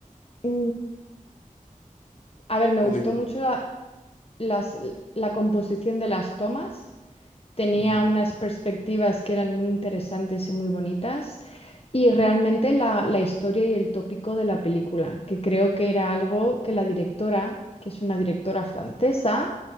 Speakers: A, on the left; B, on the left.
A: mm, A ver, me
B: O
A: gustó
B: de... guion.
A: mucho la, las- la composición de las tomas. Tenía
B: Ujú.
A: unas perspectivas que eran muy interesantes y muy bonitas. Y realmente la, la historia y el tópico de la película, que creo que era algo que la directora, que es una directora francesa,